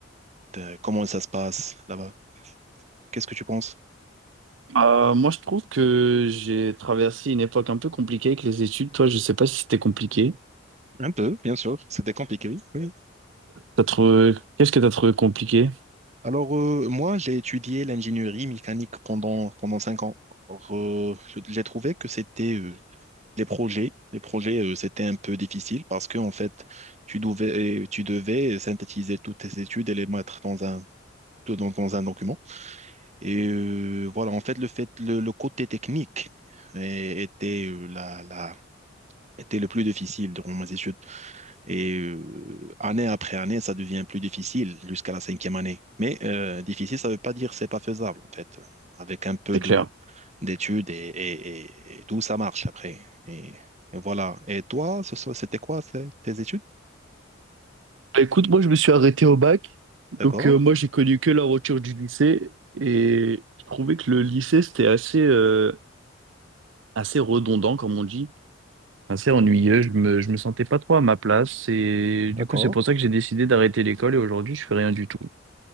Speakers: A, on the right; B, on the right.
A: de- comment ça se passe là-bas. Qu'est-ce que tu penses?
B: Euh, moi, je trouve que j'ai traversé une époque un peu compliquée avec les études. Toi, je sais pas si c'était compliqué.
A: Un peu, bien sûr. C'était compliqué, oui.
B: T'as trouvé... Qu'est-ce que t'as trouvé compliqué?
A: Alors, euh, moi, j'ai étudié l'ingénierie mécanique pendant, pendant cinq ans. Alors, euh, je- j'ai trouvé que c'était euh, les projets. Les projets, euh, c'était un peu difficile parce que, en fait, tu devais, tu devais synthétiser toutes tes études et les mettre dans un, dans, dans un document. Et euh, voilà, en fait, le fait, le, le côté technique euh, était, euh, la, la, était le plus difficile durant mes études. Et euh, année après année, ça devient plus difficile jusqu'à la cinquième année. Mais euh, difficile, ça ne veut pas dire c'est pas faisable, en fait. Avec un peu
B: C'est
A: de
B: clair.
A: d'études et, et- et- et tout, ça marche après. Et, et voilà. Et toi, ce soir, c'était quoi c'est- tes études?
B: Bah, écoute, moi, je me suis arrêté au bac. Donc,
A: D'accord,
B: euh, moi, j'ai connu que la rupture du lycée. Et je trouvais que le lycée, c'était assez, euh, assez redondant, comme on dit. Assez ennuyeux. Je me, je me sentais pas trop à ma place. Et du
A: d'accord,
B: coup, c'est pour ça que j'ai décidé d'arrêter l'école. Et aujourd'hui, je fais rien du tout.